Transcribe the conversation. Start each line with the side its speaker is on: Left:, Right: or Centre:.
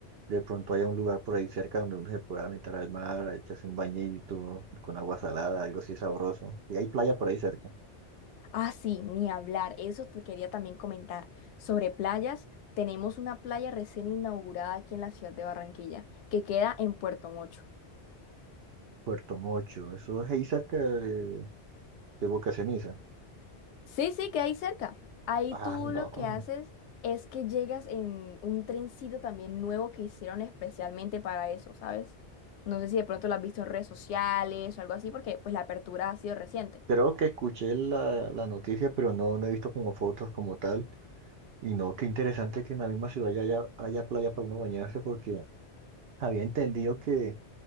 Right: de pronto haya un lugar por ahí cerca donde uno se pueda meter al mar, echarse un bañito con agua salada, algo así sabroso. Y hay playa por ahí cerca.
Left: Ah, sí, ni hablar, eso te quería también comentar. Sobre playas, tenemos una playa recién inaugurada aquí en la ciudad de Barranquilla, que queda en Puerto Mocho.
Right: Puerto Mocho, eso es ahí cerca de, de Boca Ceniza.
Left: Sí, sí, que hay cerca. Ahí
Right: Ah,
Left: tú
Right: no.
Left: lo que haces es que llegas en un trencito también nuevo que hicieron especialmente para eso, ¿sabes? No sé si de pronto lo has visto en redes sociales o algo así, porque pues la apertura ha sido reciente.
Right: Creo que escuché la, la noticia, pero no, no he visto como fotos como tal. Y no, qué interesante que en la misma ciudad ya haya, haya playa para uno bañarse, porque había entendido que